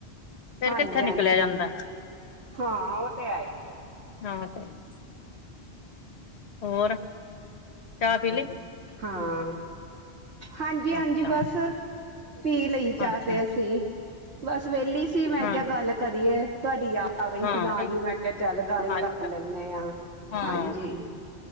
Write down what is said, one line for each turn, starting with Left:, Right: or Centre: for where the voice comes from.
Left: ਫੇਰ
Right: ਹਾਂਜੀ-ਹਾਂਜੀ
Left: ਕਿੱਥੇ ਨਿਕਲਿਆ ਜਾਂਦਾ
Right: ਹਾਂ ਉਹ ਤੇ ਹੈ ਈ ਐ।
Left: ਹਾਂ ਹਾਂ ਕੋਈ ਨੀ ਹੋਰ ਚਾਹ ਪੀ
Right: ਹਾਂ-ਹਾਂ
Left: ਲਈ
Right: ਹਾਂਜੀ-ਹਾਂਜੀ
Left: ਅੱਛਾ
Right: ਬਸ ਪੀ ਲਈ ਚਾਹ
Left: ਅੱਛਾ
Right: ਤੇ ਅਸੀ ਬਸ ਵਿਹਲੀਸੀ ਮੈਂ
Left: ਹਾਂ
Right: ਕਿਹਾ ਗੱਲ ਕਰੀਏ ਤੁਹਾਡੀ ਯਾਦ ਆ ਗਈ
Left: ਹਾਂ
Right: ਸੀ ਨਾਲ ਹੀ ਮੈਂ ਕਿਹਾ ਚੱਲ ਗੱਲ ਹੀ ਕਰ
Left: ਅੱਛਾ
Right: ਲੈਂਨੇਂ ਹਾਂ
Left: ਹਾਂ
Right: ਹਾਂਜੀ।